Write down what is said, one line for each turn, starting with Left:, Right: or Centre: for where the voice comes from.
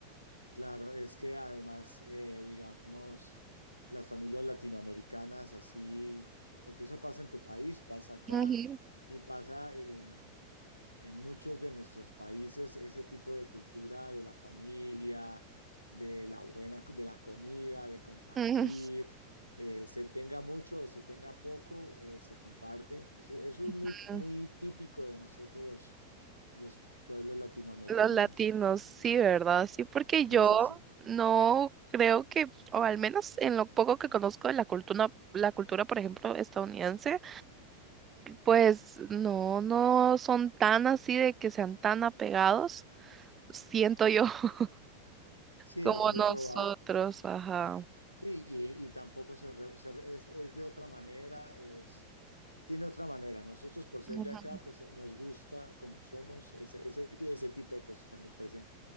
Left: Claro, es que además, eh, digamos, las familias latinoamericanas así, porque eso pasa en tu país, pasa acá
Right: Ujú,
Left: y pasa en, en muchos de nuestros países ese tipo de cultura de la familia, de la buena, de la comida, de compartir,
Right: ujú,
Left: eh, se tenga mucho o se tenga poco, eh, se comparte. Eso, eso es muy,
Right: ujú.
Left: muy típico de nosotros los, los pueblos latinoamericanos.
Right: Los latinos, sí, ¿verdad? Sí, porque yo
Left: Sí, sí, sí.
Right: no creo que, o al menos en lo poco que conozco de la cultura, la cultura, por ejemplo, estadounidense, pues no, no son tan así de que sean tan apegados, siento yo, <laughs>
Left: Sí,
Right: como
Left: es muy
Right: nosotros,
Left: probable.
Right: ajá.
Left: Sí, y, y tampoco se, re- se re- es, es de otra manera, es, tiene otra manera. Nosotros por ser
Right: Ujú,
Left: de acá, pues nos gusta como somos, ese, ese, ese tipo de cosas a mí me parecen